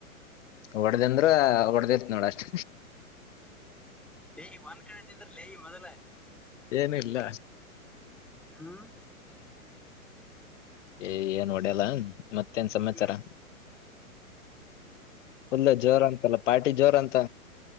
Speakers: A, on the left (about 55°); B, in the centre.
A: ಒಡ್ದ ಅಂದ್ರ ಹೊಡಿದೀರ್ತೀನಿ ನೋಡ ಅಷ್ಟ
B: ಲೇ ಒಂದ ಕಡೆ ನಿಂದ್ರು ಲೆ ಮೊದ್ಲ
A: ಏನ ಇಲ್ಲ
B: ಹ್ಮ
A: ಏ ಏನ್ ಹೊಡ್ಯಲ್ಲ ಮತ್ತೇನ್ ಸಮಾಚಾರ
B: ಹ್ಮ್
A: ಫುಲ್ ಜೋರ ಅಂತಲ್ಲ ಪಾರ್ಟಿ ಜೋರ ಅಂತ